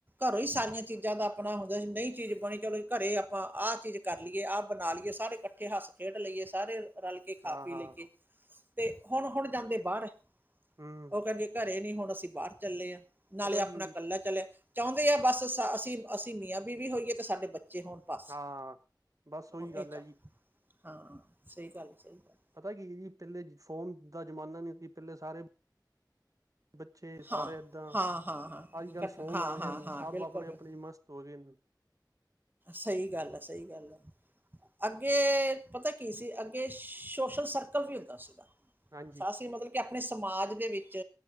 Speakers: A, on the right; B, on the right.
A: ਘਰੋਂ ਹੀ ਸਾਰੀਆਂ ਚੀਜ਼ਾਂ ਦਾ ਆਪਣਾ ਹੁੰਦਾ ਸੀ ਨਹੀਂ ਚੀਜ਼ ਬਣੀ ਚਲੋ ਘਰੇ ਆਪਾਂ ਆਹ ਚੀਜ਼ ਕਰ ਲਈਏ ਆਹ ਬਣਾ ਲਈਏ ਸਾਰੇ ਇਕੱਠੇ ਹੱਸ ਖੇਡ ਲਈਏ ਸਾਰੇ, ਕੇ ਖਾ
B: ਹਾਂ
A: ਪੀ
B: ਹਾਂ
A: ਲੈ ਕੇ ਤੇ ਹੁਣ- ਹੁਣ ਜਾਂਦੇ ਬਾਹਰ
B: ਹਮ
A: ਉਹ ਕਹਿੰਦੀ ਘਰੇ ਨਹੀਂ ਹੁਣ ਹੁਣ ਅਸੀਂ ਬਾਹਰ ਚੱਲੇ ਹਾਂ। ਨਾਲੇ
B: ਪਤਾ
A: ਆਪਣਾ
B: ਕੀ ਜੀ
A: ਇਕੱਲਾ ਚੱਲਿਆ। ਚਾਹੁੰਦੇ ਆ ਬਸ ਅਸੀਂ ਅਸੀਂ ਮੀਆਂ ਬੀਵੀ ਹੋਈਏ ਤੇ ਸਾਡੇ ਬੱਚੇ ਹੋਣ ਬਸ
B: ਹਾਂ ਬਸ ਉਹੀ
A: ਹੁਣ
B: ਗੱਲ
A: ਇਹ ਚਾਹ
B: ਹੈ ਜੀ
A: ਹਾਂ ਸਹੀ ਗੱਲ ਸਹੀ ਗੱਲ
B: ਪਤਾ ਕੀ ਹੈ ਜੀ ਪਹਿਲੇ ਫ਼ੋਨ ਦਾ ਜ਼ਮਾਨਾ ਨਹੀਂ ਕਿ ਪਹਿਲੇ ਸਾਰੇ ਬੱਚੇ ਸਾਰੇ
A: ਹਾਂ
B: ਏਦਾਂ
A: ਹਾਂ ਹਾਂ ਹਾਂ
B: ਅੱਜ ਕੱਲ੍ਹ
A: ਘਟਨਾ-
B: ਫੋਨ
A: ਹਾਂ
B: ਆ ਗਏ
A: ਹਾਂ
B: ਨੇ
A: ਹਾਂ
B: ਸਭ
A: ਬਿਲਕੁਲ
B: ਆਪਣੇ
A: ਬਿਲਕੁਲ
B: ਆਪਣੇ ਮਸਤ ਹੋ ਗਏ ਨੇ
A: ਸਹੀ ਗੱਲ ਹੈ ਸਹੀ ਗੱਲ ਹੈ ਅੱਗੇ ਪਤਾ ਕੀ ਸੀ ਅੱਗੇ ਸੋਸ਼ਲ ਸਰਕਲ ਵੀ ਹੁੰਦਾ ਉਸਦਾ
B: ਹਾਂਜੀ
A: ਅਸੀਂ ਮਤਲਬ ਕਿ ਆਪਣੇ ਸਮਾਜ ਦੇ ਵਿੱਚ